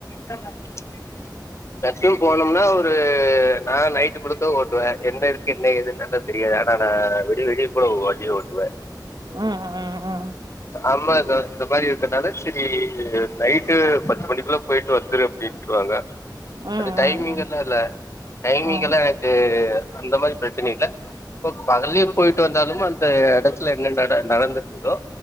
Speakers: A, on the left; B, on the right.
A: <unintelligible> போனொம்னா ஒரு நாங்க நை ட்டு மட்டுதா ஓட்டுவே என்ன இருக்கு என்ன ஏதுன்னல்லா தெரியாது ஆனா நா விடி விடிய கூட வண்டி ஓட்டுவே
B: ம் ம் ம் ம்
A: அம்மாதா இந்த மாரி இருக்கதால சரி நைட்டு பத்து மணிக்குள்ள போயிட்டு வந்துரு அப்டின்ட்ருவாங்க
B: ம் ம்
A: அது டைமிங்
B: ம்
A: எல்லா இல்ல டைமிங்
B: ம்
A: எல்லா எனக்கு அந்த மாரி பிரச்சன இல்ல இப்ப பகல்லயு போயிட்டு வந்தாலுமே அந்த எடத்துல என்ன நட நடந்துட்ருக்கோ